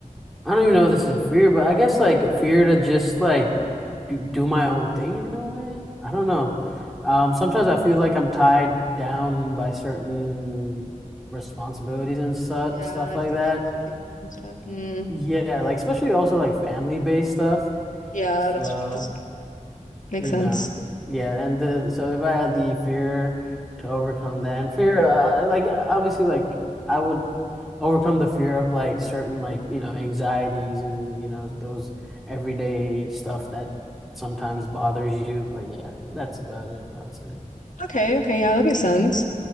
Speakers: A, in the centre; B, on the left.
A: I don't even know if this is a fear, but I guess like a fear to just like b- do my own thing in a way. I don't know. Um, sometimes I feel like I'm tied down by certain responsibilities and su
B: Yeah,
A: stuff
B: like
A: like
B: the
A: that.
B: safety taping and stuff. Mm,
A: Yeah, like especially also like family-based stuff.
B: yeah,
A: So,
B: that's that's makes
A: you
B: sense.
A: know, yeah, and the so if I had the fear to overcome that and fear, uh, like obviously like I would overcome the fear of like certain like you know anxieties and you know those everyday stuff that sometimes bothers you but yeah that's about it I would say
B: Okay, okay, yeah, that makes sense.